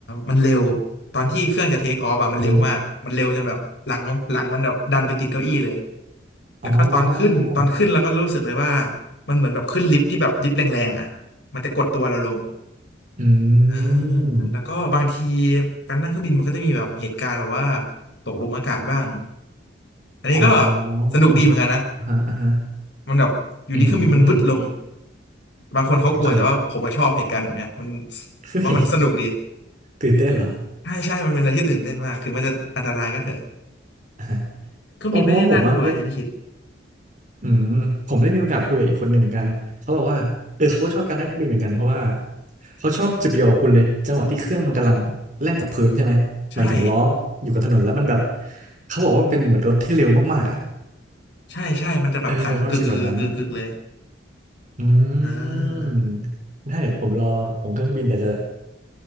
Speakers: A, on the left; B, on the right.
A: มันเร็วตอนที่เครื่องจะเทคออฟอะมันเร็วมากมันเร็วจนแบบหลังหลังมันแบบดันไปติดเก้าอี้เลย
B: อือฮึ
A: แล้วก็ตอนขึ้นตอนขึ้นเราก็รู้สึกเลยว่า
B: อ๋อ
A: มันเหมือนแบบขึ้นลิฟต์ที่แบบลิฟต์แรงๆอะมันจะกดตัวเราลง
B: อื
A: เออ
B: ม
A: แล้วก็บางทีการนั่งเครื่องบินมันก็จะมีแบบเหตุการณ์แบบว่าตกหลุมอากาศบ้างอันนี้ก็
B: อ๋อ
A: สนุกดีเหมือนกันนะ
B: อ่าฮะอ่าฮะ
A: มันแบบอยู่ดีเครื่องบินมันวึดลง
B: อืม
A: บางคนเขากลัวแต่ว่าผมอะชอบเหตุการณ์แบบเนี้ยมัน
B: โอเค <laughs> เฮ้ย
A: ว่ามันสนุกดี
B: ตื่นเต้นเหรอ
A: ใช่ใช่มันเป็นอะไรที่ตื่นเต้นมากถึงมันจะอันตรายก็เถอะ
B: อ่าฮะ
A: เครื่องบินไม่ได้น่ากลัวอย่างที่คิด
B: เออเพราะว่าผมอะได้ อืมผมได้มีโอกาสคุยกับอีกคนหนึ่งเหมือนกันเขาบอกว่าเออเขาก็ชอบการนั่งเครื่องบินเหมือนกันเพราะว่าเขาชอบจุดเดียวกับคุณเลยจังหวะที่เครื่องมันกำลังแล่นกับพื้นใช่ไหมหมายถึงล้ออยู่กับถนนแล้วมันแบบ
A: ใช่
B: เขาบอกว่ามันเป็นเหมือนรถที่เร็วมากๆอ่ะ
A: ใช่ใช่มันจะแบบสั่นกึกกึกกึกกึกเลย
B: เออเป็นความรู้สึกแบบนั้นอื
A: อ่
B: ม
A: า
B: ถ้าเดี๋ยวผมรอผมเครื่องบินเดี๋ยวจะ